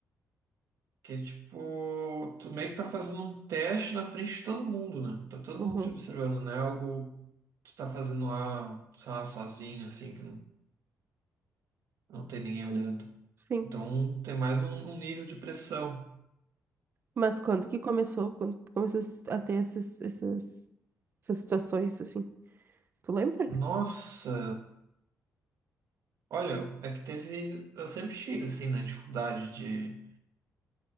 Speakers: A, on the right; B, on the right.
A: que é tipo, tu meio que tá fazendo um teste na frente de todo mundo, né? Tá todo
B: Uhum,
A: mundo te observando, né? Algo que tu tá fazendo lá, sei lá, sozinho, assim, que não, não tem ninguém olhando.
B: sim.
A: Então tem mais um, um nível de pressão.
B: Mas quando que começou? Quando tu começou a ter esses, essas essas situações, assim? Tu lembra?
A: Nossa, olha, é que teve. Eu sempre tive, assim, né, dificuldade de,